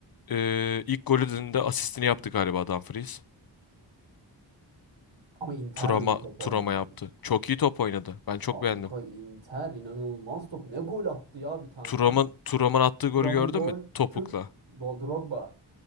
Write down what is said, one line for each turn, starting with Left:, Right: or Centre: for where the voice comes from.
Left: e, ilk golünün de asistini yaptı galiba Dumfries.
Right: Ama Inter
Left: Turama
Right: de iyi top oynuyor.
Left: Turama yaptı. Çok iyi top oynadı. Ben çok
Right: Kanka
Left: beğendim.
Right: Inter inanılmaz top. Ne gol attı ya bir tane.
Left: Turam'ın Turam'ın attığı golü
Right: Thuram'ın
Left: gördün
Right: gol.
Left: mü? Topukla.
Right: Tık. Do- Drogba.